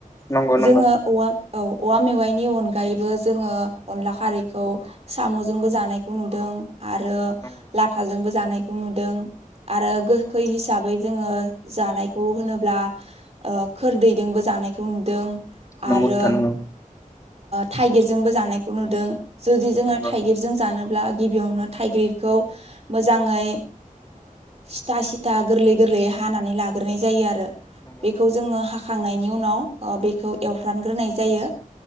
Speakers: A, on the left (about 25°); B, on the right (about 50°).
A: नंगौ नंगौ
B: जोङो औवा औ औवा मेवाइनि अनगायैबो जोङो अनला खारैखौ साम'जोंबो जानायखौ नुदों आरो
A: नंगौ
B: लाथाजोंबो जानायखौ नुदों आरो
A: नंगौ
B: गोखै हिसाबै जोङो जानायखौ होनोब्ला खोरदैदोंबो जानायखौ नुदों
A: नंगौ
B: आरो
A: नोंथां नंगौ
B: थाइगिरजोंबो जानायखौ नुदों जुदि जोङो
A: नंगौ
B: थाइगिरजों जानो अब्ला गिबियावनो थाइगिरखौ मोजाङै सिथा सिथा गोरलै गोरलै हानानै लाग्रोनाय जायो आरो
A: नंगौ
B: बेखौ जोङो हाखांनायनि उनाव बेखौ एवफ्रामग्रोनाय जायो